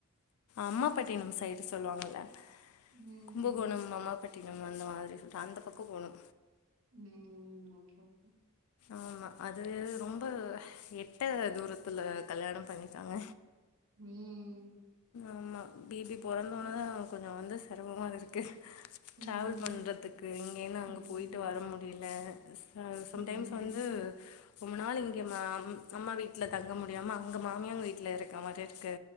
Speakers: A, on the left; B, on the right.
A: அம்மா பட்டிண சைடு சொல்லுவாங்கல
B: ம்ஹ்ம்.
A: கும்பகோணம் அம்மாப்பட்டின அந்த மாரி அந்த பக்க போணு
B: ம் ஓகே ஓகே
A: ஆமா அது ரொம்ப எட்ட தூரத்துல கல்யாண பண்ணிடாங்க
B: ம்
A: ஆமா பேபி பொறந்தோன
B: ம்.
A: கொஞ்சோ வந்து செரமமா இருக்கு
B: ம்.
A: ட்ராவல் பண்ணுறதுக்கு இங்கேனு
B: ம்.
A: அங்கே போய்ட்டு வர முடியல ஹ சம்டைம்ஸ்
B: ம்.
A: வந்து ரொம்ப நாள் இங்க அம் அம்மா வீட்டுல தங்க முடியாம அங்க மாமியாங்க வீட்டுல இருக்க மாரி இருக்கு